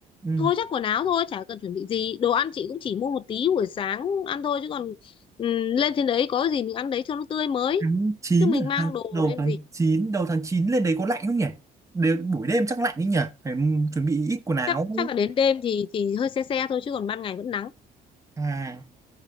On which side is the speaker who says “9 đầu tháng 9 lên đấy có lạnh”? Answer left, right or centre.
Right